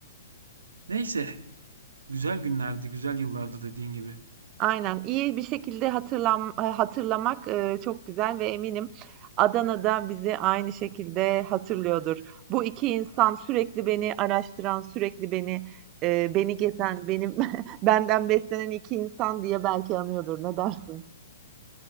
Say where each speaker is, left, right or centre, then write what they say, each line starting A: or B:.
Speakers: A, on the right (about 75°); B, on the right (about 30°).
A: Neyse güzel günlerdi güzel yıllardı dediğin gibi.
B: Aynen. İyi bir şekilde hatırlam e, hatırlamak, eee, çok güzel ve eminim Adana da bizi aynı şekilde hatırlıyordur. Bu 2 insan sürekli beni araştıran, sürekli beni eee, beni gezen, benim <laughs> benden beslenen 2 insan diye belki anıyordur. Ne dersin?